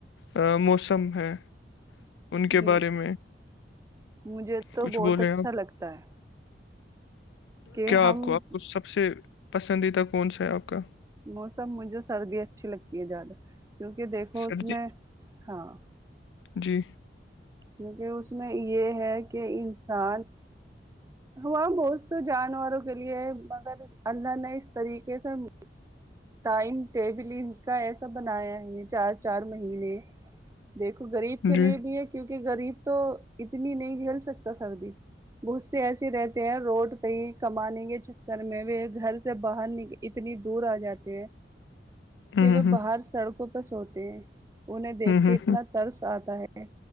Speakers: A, on the left; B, on the right.
A: ا موسم ہے ان کے
B: جی
A: بارے میں
B: مجھے تو
A: کچھ
B: بہت
A: بولیں
B: اچھا
A: آپ
B: لگتا ہے کہ
A: کیا
B: ہم
A: آپ کو آپ کو سب سے پسندیدہ کون سا ہے آپ کا
B: موسم مجھے سردی اچھی لگتی ہے زیادہ کیونکہ دیکھو اس
A: سردی
B: میں ہاں
A: جی
B: کیونکہ اس میں یہ ہے کہ انسان ہاں بہت سے جانوروں کے لیے ہے مگر اللہ نے اس طریقے سے ٹائم ٹیبل ان کا ایسا بنایا ہے چار چار مہینے دیکھو غریب کے
A: جی
B: لیے بھی ہے کیونکہ غریب تو اتنی نہیں جھیل سکتا سردی ب سے ایسے رہتے ہیں روڈ پہ ہی کمانے کے چکر میں و گھر سے باہر نکل اتنی دور آ جاتے ہیں
A: ہوں
B: کہ وہ
A: ہوں ہوں
B: باہر سڑکوں پہ سوتے ہیں انہیں دیکھ
A: ہوں
B: کے
A: ہوں
B: اتنا ترس آتا ہے